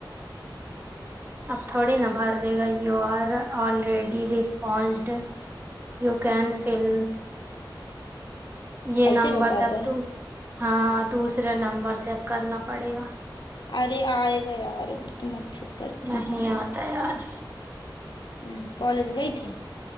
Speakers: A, on the right; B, on the left.
A: اب تھوڑی نا بھر دےگا یہ you are already responded you can fill یہ
B: ایسے
A: نمبر
B: بتاتا
A: سے اب
B: ہے
A: تو ہاں دوسرے نمبر سے اب کرنا پڑے گا
B: ارے آئے گا یار تم اچھے سے کرتی
A: نہیں
B: نہ ہوگی
A: آتا یار
B: امم کالج گئی تھی